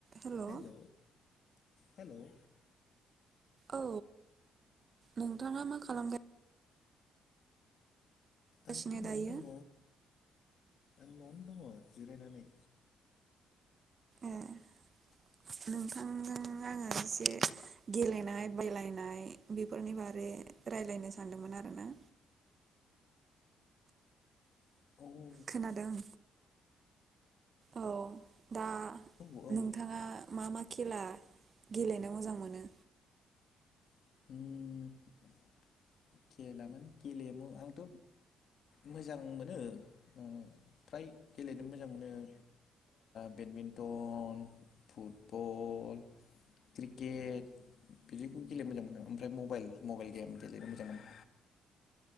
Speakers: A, on the right; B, on the left.
A: Hello
B: hello hello औ
A: औ नोंथाङा मा खालामगोन? खालामगासिनो
B: आंथ' न'आवनो
A: दायो
B: दङ। आं न'आवनो दङ जिरायनानै।
A: ए नोंथांजों आङो एसे गेलेनाय बेलायनाय बेफोरनि बारै रायलायनो सानदोंमोन आरो ना
B: <unintelligible>
A: खोनादों औ दा
B: औ औ
A: नोंथाङा मा मा खेला गेलेनो मोजां मोनो?
B: उम खेला माने गेलेयमु आंथ' मोजां मोनो ओ फ्राय गेलेनो मोजां मोनो ओ बेडमिन्टन, फुटबल, क्रिकेट बिदिखौ गेलेनो मोजां मोनो आं ओम फ्राय मबाइल मबाइल गेम गेलेनो मोजां मोनो